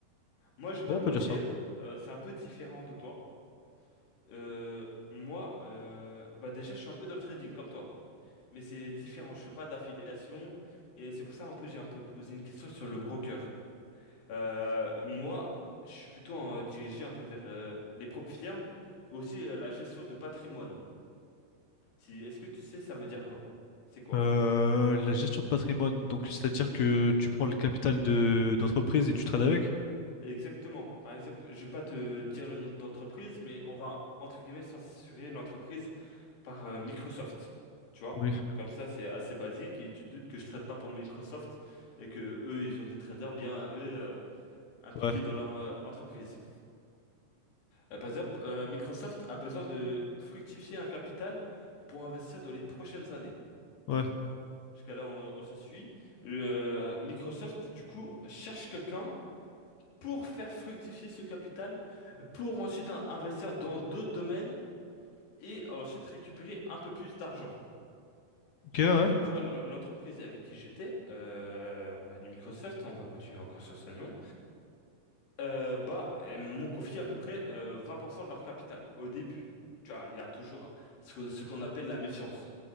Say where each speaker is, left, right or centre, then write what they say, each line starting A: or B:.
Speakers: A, on the left; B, on the left.
A: Moi, je vais pas
B: Ouais, on
A: te
B: peut
A: mentir,
B: dire ça.
A: euh, c'est un peu différent de toi. Euh, moi, euh, bah déjà, je suis un peu dans le trading comme toi. Mais c'est différent, je fais pas d'affiliation. Et c'est pour ça, un peu, j'ai un peu posé une question sur le broker. Euh, moi, je suis plutôt euh, dirigé un peu vers euh, les propres firmes et aussi euh, la gestion de patrimoine. Si, est-ce que tu sais, ça veut dire quoi? C'est quoi?
B: Euh, la gestion de patrimoine, donc c'est-à-dire que tu prends le capital de d'entreprise et tu trades avec?
A: Exactement. Par exemple, je vais pas te dire le nom d'entreprise, mais on va entre guillemets censurer l'entreprise par euh, Microsoft. Tu vois?
B: Oui.
A: Comme ça, c'est assez basique et tu te doutes que je trade pas pour Microsoft et que eux, ils ont des traders bien eux euh, impliqués
B: Ouais,
A: dans leur euh, entreprise. Euh, par exemple, euh, Microsoft a besoin de fructifier un capital pour investir dans les prochaines années.
B: ouais.
A: Jusqu'à là, on, on se suit. Le- euh, Microsoft, du coup, cherche quelqu'un pour faire fructifier ce capital, pour ensuite in- investir dans d'autres domaines et ensuite récupérer un peu plus d'argent.
B: Ok, ouais.
A: Par exemple, tu vois, l- l'entreprise avec qui j'étais, euh, bah, du Microsoft, on va continuer encore sur ce nom. Euh, bah, elles m'ont confié à peu près euh, 20% de leur capital au début. Tu vois, il y a toujours ce que- ce qu'on appelle la méfiance.